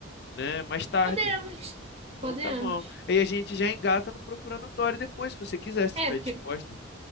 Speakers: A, on the left; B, on the right.
A: né? Mais tarde.
B: Podemos,
A: Então
B: podemos.
A: tá bom. E a gente já engata no Procurando Dory depois, se você quiser, se
B: É,
A: estiver
B: porque
A: disposta.